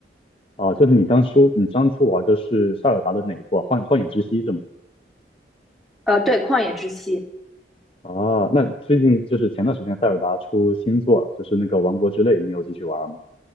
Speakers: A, on the left; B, in the centre.
A: 啊，就是你当初你当初玩的是塞尔达的哪一部啊？幻幻影之息是吗？
B: 呃，对，《旷野之息》
A: 啊，那最近就是前段时间塞尔达出新作了，就是那个王国之泪，你有继续玩吗？